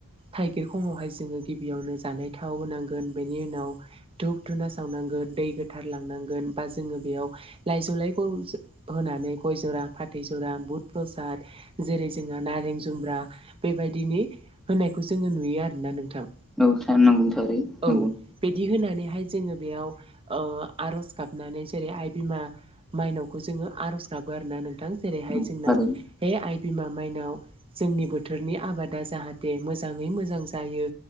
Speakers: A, on the right; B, in the centre.
A: थाइ गिर खंआवहाय जोङो गिबियावनो जानाय थाव होनांगोन बेनि उनाव धुप धुना सावनांगोन। दै गोथार लांनांगोन बा जोङो बेयाव लाइजौलायखौ जों होनानै गय जरा फाथै जरा बुध प्रसाद जेरै जोंहा नारें जुम्ब्रा बेबायदिनि होनायखौ जोङो नुयो आरोना नोंथां।
B: औ था नंगौ थारै
A: औ
B: नंगौ।
A: बिदि होनानैहाय जोङो बेयाव ओ आर'ज गाबनानै जेरै आइ बिमा माइनावखौ जोङो आर'ज गाबो आरोना नोंथां जेरैहाय
B: औ
A: जोंना
B: थारैनो
A: हे आइ बिमा माइनाव जोंनि बोथोरनि आबादा जाहाथे मोजाङै मोजां जायो